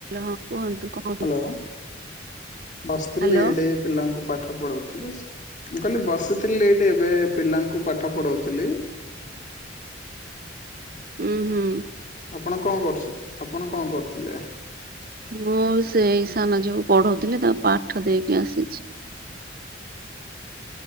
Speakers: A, on the right (about 50°); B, on the left (about 40°).
A: ହଁ। କୁହନ୍ତୁ କଣ କରୁ
B: ହ୍ୟାଲୋ ବସିଥିଲି
A: ହ୍ୟାଲୋ
B: ଏଇଡେ ପିଲାଙ୍କୁ ପାଠ ପଢଉ ମୁଁ କହିଲି ବସିଥିଲି ଏଇଠି ଏବେ ପିଲାଙ୍କୁ ପାଠ ପଢଉଥିଲି।
A: <unintelligible> ଉ ହୁଁ।
B: ଆପଣ କଣ କରୁ ଆପଣ କଣ କରୁଥିଲେ।
A: ମୁଁ ସେଇ ସାନ ଝିଅକୁ ପଢଉଥିଲି, ତାକୁ ପାଠ ଦେଇକି ଆସିଛି। <unintelligible>